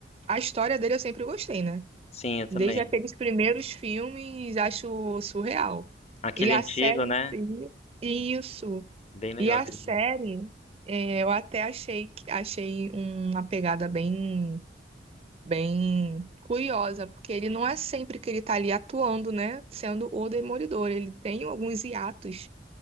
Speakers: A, on the right; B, on the left.
A: A história dele eu sempre gostei, né?
B: Sim, eu também.
A: Desde aqueles primeiros filmes, acho surreal.
B: Aquele
A: E a
B: antigo,
A: série
B: né?
A: em si, isso.
B: Bem legal
A: E a
B: aquele
A: série,
B: filme.
A: é, eu até achei, que- achei uma pegada bem. bem curiosa, porque ele não é sempre que ele tá ali atuando, né? Sendo o Demolidor. Ele tem alguns hiatos.